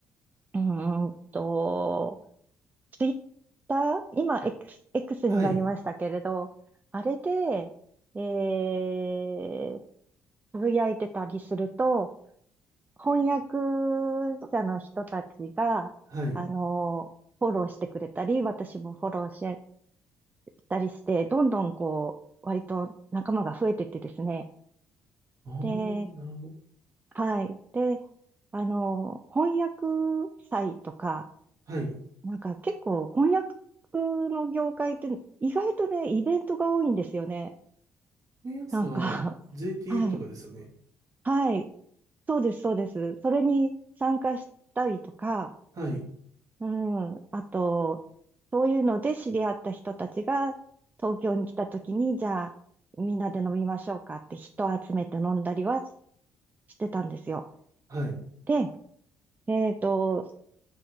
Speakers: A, on the right; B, on the right.
A: うーんと、ツイッター、今 X、X
B: はい、
A: になりましたけれど、あれで、えー、つぶやいてたりすると、翻訳者の人たちが、
B: はい。
A: あの、フォローしてくれたり、私もフォローしたりして、どんどんこう、割と仲間が増えてってですね。
B: ああ、
A: で、
B: なるほど。
A: はい。で、あの、翻訳祭とか、
B: はい。
A: なんか結構翻訳の業界って意外とね、イベントが多いんですよね。
B: 翻訳者はあの、
A: なんか <laughs>
B: JTF
A: はい。
B: とかですよね。
A: はい。そうです、そうです。それに参加したりとか、
B: はい、
A: うん。あと、そういうので知り合った人たちが東京に来た時に、じゃあみんなで飲みましょうかって人を集めて飲んだりはしてたんですよ。
B: はい、
A: で、えっと、